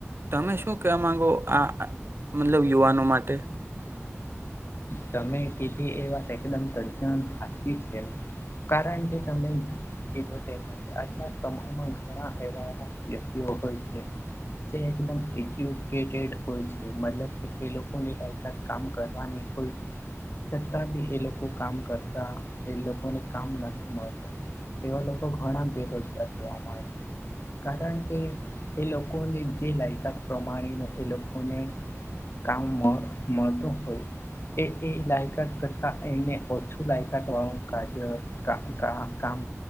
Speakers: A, on the right; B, on the left.
A: તમે શું કહેવા માગો આ મતલબ યુવાનો માટે
B: તમે કીધી એ વાત એકદમ તદન હાચી છે કારણ કે તમે કીધું તેમ નથી આજના સમયમાં ઘણા એવા એવા વ્યક્તિઓ હોય છે એકદમ એજુકે ટ્રેડ હોય છે મતલબ કે એ લોકોની લાયકાત કામ કરવાની હોય છતાં બી એ લોકો કામ કરતા એ લોકોને કામ નથી મળતા. એવા લોકો ઘણા બેરોજગાર જોવા મળે. કારણ કે એ લોકોની જે લાયકાત પ્રમાણેનો એ લોકોને કામ મ મળતું કે એ એ લાયકાત કરતા એને ઓછું લાયકાત વાળું કાર્ય કા કા કામ